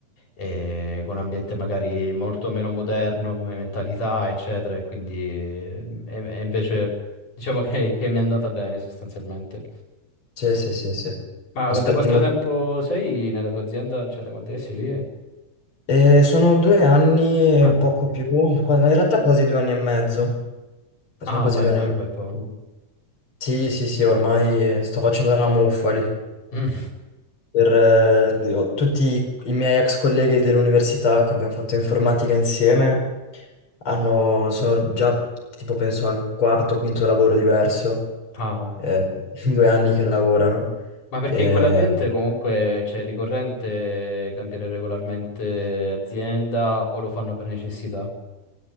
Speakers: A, on the left; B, on the left.
A: E con un ambiente magari molto meno moderno come mentalità, eccetera, e quindi eh, e- e invece diciamo che che mi è andata bene sostanzialmente.
B: Sì, sì, sì, sì.
A: Ma
B: Aspetti
A: da quanto
B: molto.
A: tempo sei nella tua azienda? Cioè, da quanto sei lì?
B: Eh, sono due anni
A: Ah,
B: e poco
A: dai.
B: più, qua- in realtà quasi due anni e mezzo. Sono
A: Ah,
B: quasi
A: beh,
B: due anni
A: dai,
B: e mezzo.
A: un bel po'.
B: Sì, sì, sì, ormai eh, sto facendo la muffa lì.
A: Mm.
B: per eh, io- tutti i miei ex colleghi dell'università che abbiamo fatto informatica insieme hanno, sono già tipo penso al quarto o quinto lavoro diverso,
A: Ah,
B: eh, in due anni che lavorano.
A: ma perché
B: Eh,
A: in quell'ambiente comunque c'è ricorrente cambiare regolarmente azienda o lo fanno per necessità?